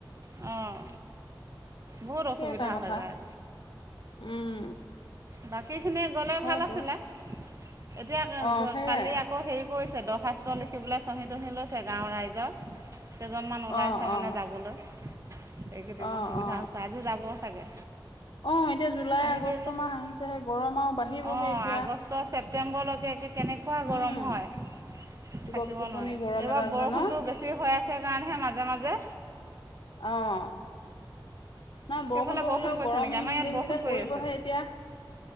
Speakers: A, on the right; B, on the left.
A: অঁ বহুত
B: সেই
A: অসুবিধা
B: এটা কথা
A: হৈ যায়।
B: উম
A: বাকীখিনি গ'লে
B: হয়তো
A: ভাল আছিলে এতিয়া
B: অ সেইয়াই
A: কালি আকৌ হেৰি কৰিছে চেদশ শাস্ত্ৰ লিখিবলৈ চঁহী তঁহি লৈছে গাঁৱৰ ৰাইজক <unintelligible> কেইজনমান ওলাইছে
B: অ
A: মানে
B: অ
A: যাবলৈ এইকেইদিন
B: অ
A: অসুবিধা
B: অ
A: হৈছে আজি যাব চাগে
B: অ এতিয়া জুলাই
A: আহি
B: আগষ্ট
A: দিলে
B: মাহ আহিছেহে গৰমাও বাঢ়িবহে
A: অঁ
B: এতিয়া
A: আগষ্ট ছেপ্টেম্বৰলৈকে কেনেকুৱা গৰম
B: উম
A: হয় থাকিব
B: গপ গোপনি
A: নোৱাৰি
B: গৰম
A: এইবাৰ
B: এটা
A: বৰষুণটো
B: যে ন
A: বেছি হৈ আছে কাৰণেহে মাজে মাজে
B: অঁ নহ বৰষুণটো
A: সেইফালে বৰষুণ
B: হ'লেও
A: পৰিছে
B: গৰম
A: নেকি আমাৰ ইয়াত
B: দিনকেইটা
A: বৰষুণ
B: পৰিবহে
A: পৰি আছে
B: এতিয়া